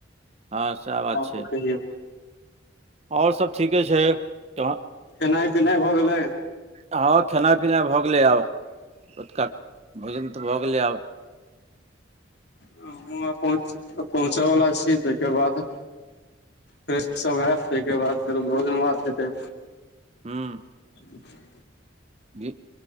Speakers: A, on the right; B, on the left.
A: हँ, सएह बात
B: आओर
A: छै।
B: कहियौ
A: आओर सब ठीके छै, तह
B: खेनाइ पिनाइ भऽ गेलै
A: हँ, खेनाइ -पिनाइ भऽ गेलै आब, रोतुका भोजन तऽ भऽ गेलै आब।
B: हम पहुँच पहुँचयवला छी, ताहिके बाद फ्रेश सब हैब, ताहिके बाद फेरो भोजन -भात हेतै।
A: हूँ।
B: <inaudible>
A: भि-